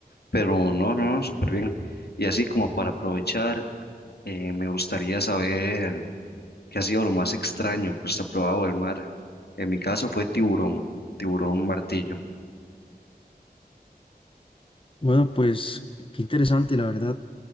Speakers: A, on the left (about 75°); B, on the left (about 30°).
A: Pero no, no, no, súper bien. Y así como para aprovechar, eh, me gustaría saber qué ha sido lo más extraño que usted ha probado del mar. En mi caso fue tiburón, tiburón martillo.
B: Bueno, pues qué interesante, la verdad.